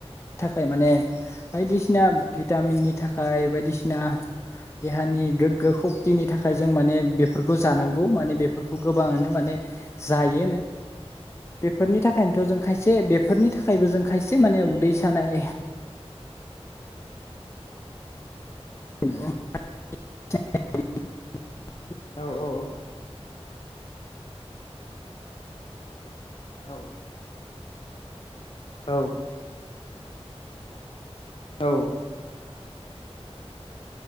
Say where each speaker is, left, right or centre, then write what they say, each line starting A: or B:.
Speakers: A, on the left (about 25°); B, on the left (about 55°).
A: थाखाय माने बायदिसिना भिटामिननि थाखाय बायदिसिना देहानि गोग्गो खक्तिनि थाखाय ज जों माने बेफोरखौ जानांगौ माने बेफोरखौ गोबाङानो माने जायोनो बेफोरनि थाखायनोथ' जों खायस बेफोरनि थाखायबो जों खायसे माने उदै सानाय <unintelligible> <unintelligible>
B: औ औ औ। औ। औ। औ।